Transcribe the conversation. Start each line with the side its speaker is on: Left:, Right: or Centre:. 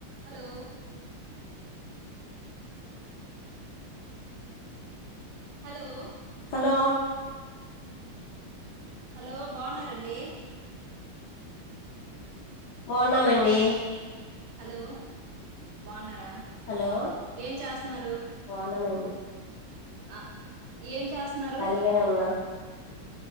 Right: hello hello
Left: hello
Right: hello బావున్నారండి
Left: బావున్నామండి
Right: hello బావున్నారా
Left: హలో
Right: ఏం చాస్తున్నారు
Left: బాగున్నామండి
Right: ఆ ఏం చేస్త్న్నారు
Left: ఫ్రీగనే ఉన్నా